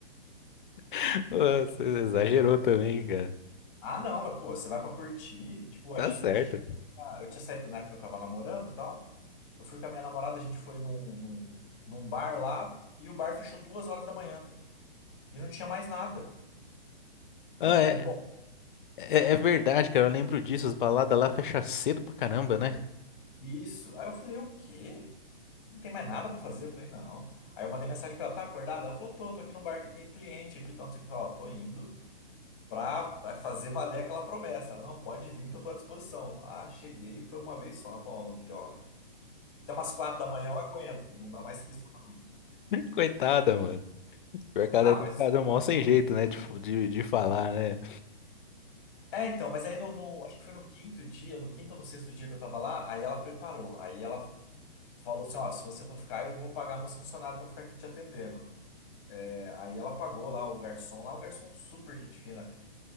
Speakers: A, on the left (about 60°); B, on the left (about 35°).
A: <laughs> Você exagerou também, cara.
B: Ah, não, mas pô, você vai pra curtir. Tipo,
A: Tá
B: a gente,
A: certo.
B: a gente. ah, Eu tinha saído na época que eu tava namorando e tal. Eu fui com a minha namorada, a gente foi num, num, num bar lá e o bar fechou duas horas da manhã e não tinha mais nada.
A: Ah,
B: Aí eu
A: é,
B: falei, bom,
A: é, é verdade, cara. Eu lembro disso. As baladas lá fecham cedo pra caramba, né?
B: isso. Aí eu falei, o quê? Não tem mais nada pra fazer? Eu falei, não. Aí eu mandei mensagem pra ela, tá acordada? Ela falou, tô, tô aqui no bar que tem cliente aqui, e tal, não sei o que. Eu falei, ó, tô indo pra vai fazer valer aquela promessa. Ela, não, pode vir que eu tô à disposição. Ah, cheguei, foi uma vez só. Ela falou, ó, no outro dia, olha. Até umas quatro da manhã eu aguento, não dá mais que isso, não.
A: Coitada, mano. Pior que ela
B: Ah,
A: deve
B: mas.
A: ter ficado mal sem jeito, né? De, de, de falar, né?
B: É, então, mas aí no, no- acho que foi no quinto dia, no quinto ou no sexto dia que eu tava lá, aí ela preparou. Aí ela falou assim: ó, se você for ficar, eu vou pagar meus funcionários pra ficar aqui te atendendo. É, aí ela pagou lá o garçom lá, o garçom super gente fina.